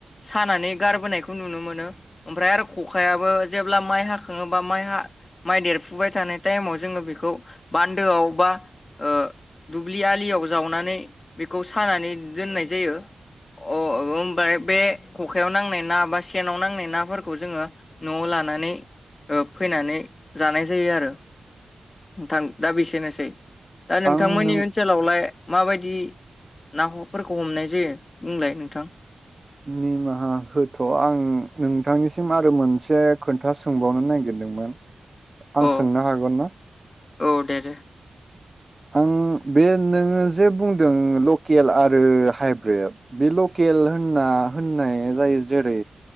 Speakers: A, on the left; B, on the right.
A: सानानै गारबोनायखौ नुनो मोनो, ओमफ्राय आरो खखायाबो जेब्ला माइ हाखाङोबा माइ हा माइ देरफुबाय थानाय टाइमाव जोङो बेखौ बान्दोआव बा ओ दुब्लि आलियाव जावनानै <unintelligible> बेखौ सानानै दोननाय जायो अ ओ <unintelligible> बे खखायाव नांनाय ना बा सेनाव नांनाय नाफोरखौ जोङो न'आव लानानै ओ फैनानै जानाय जायो आरो नोथां दा बेसेनोसै दा नोंथांमोननि
B: आं नों
A: ओनसोलावलाय माबायदि? ना हफोरखौ हमनाय जायो बुंलाय नोंथां ।
B: निमाहा होथ' आं नोंथांनिसिम आरो मोनसे खोन्था सोंबावनो नागिरदोंमोन । आं
A: अ
B: सोंनो हागोन ना?
A: औ दे दे
B: आं बे नोङो जे बुंदों लकेल आरो हाइब्रिद बे लकेल होनना होननाया जायो जेरै